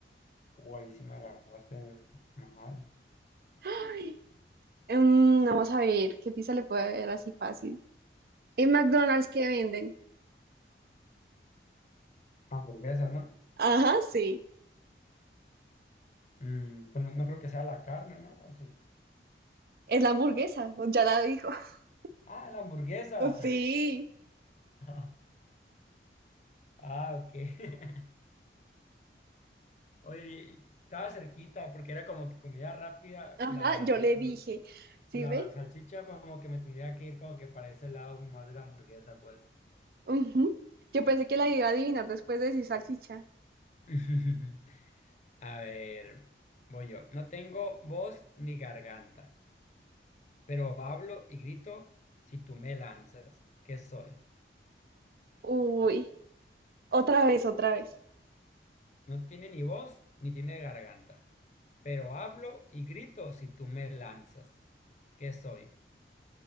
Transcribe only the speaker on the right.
Ay, mm, no, vamos a ver, ¿qué pizza le puede haber así fácil? En McDonald's que venden.
Ajá, sí.
Es la hamburguesa, o ya la dijo. <laughs>
Sí.
Ajá,
yo le dije. ¿Sí
ve?
Ujú. Yo pensé que la iba a adivinar después de decir salchicha.
Uy, otra vez, otra vez.